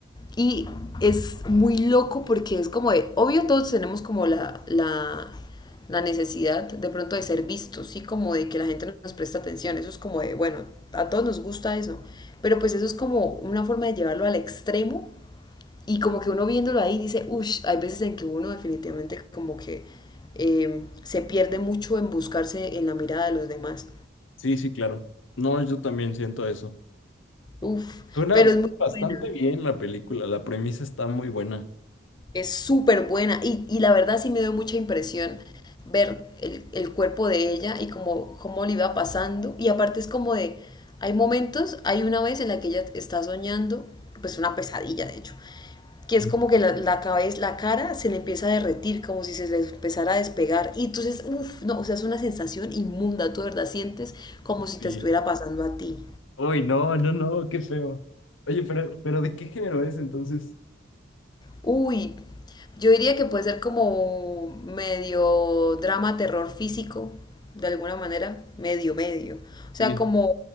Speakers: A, on the left; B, on the left.
A: y es muy loco porque es como de, obvio todos tenemos como la, la, la necesidad de pronto de ser vistos, sí, como de que la gente nos presta atención, eso es como de, bueno, a todos nos gusta eso, pero pues eso es como una forma de llevarlo al extremo y como que uno viéndolo ahí dice, uff, hay veces en que uno definitivamente como que eh, se pierde mucho en buscarse en la mirada de los demás,
B: Sí, sí, claro. No, yo también siento eso.
A: uff,
B: Suena,
A: pero
B: suena
A: es muy
B: bastante
A: buena,
B: bien la película. La premisa está muy buena.
A: Es súper buena y, y la verdad sí me dio mucha impresión ver el, el cuerpo de ella y cómo, cómo le iba pasando. Y aparte es como de, hay momentos, hay una vez en la que ella está soñando, pues una pesadilla de hecho, que
B: Sí.
A: es como que la, la cabeza, la cara se le empieza a derretir, como si se le empezara a despegar. Y entonces, uff, no, o sea, es una sensación inmunda, tú de verdad sientes como si
B: Sí.
A: te estuviera pasando a ti.
B: Uy, no, no, no, qué feo. Oye, pero, pero ¿de qué género es entonces?
A: Uy, yo diría que puede ser como medio drama, terror físico, de alguna manera, medio, medio. O sea,
B: Sí.
A: como,